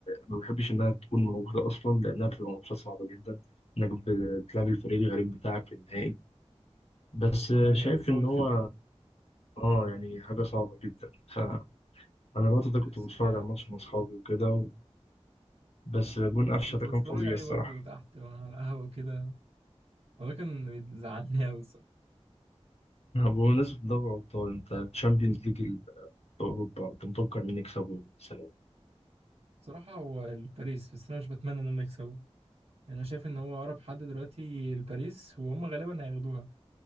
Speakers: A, on the left; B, on the right.
A: ما بحبش انها تكون موجوده اصلا لانها بتبقى ماتشات صعبه جدا انك بتلعب الفريق الغريب بتاعك في النهائي بس
B: نهائي
A: شايف
B: أبطال
A: ان هو
B: كمان
A: اه يعني حاجه صعبه جدا فانا الوقت ده كنت
B: لسه
A: بتفرج
B: جامد
A: على الماتش
B: برضه
A: مع اصحابي وكده بس جون قفشه
B: كنت
A: ده
B: بتفرج
A: كان فظيع
B: عليه
A: الصراحه
B: برضه تحت وأنا على القهوة وكده وده كان بيزعلني أوي الصراحة
A: آه، بمناسبة دوري الأبطال أنت الشامبيونز ليج ال- في أوروبا أنت متوقع مين يكسبه السنة دي؟
B: بصراحة هو الباريس بس أنا مش بتمنى إن هم يكسبوا يعني أنا شايف إن هو أقرب حد دلوقتي الباريس وهم غالبا هياخدوها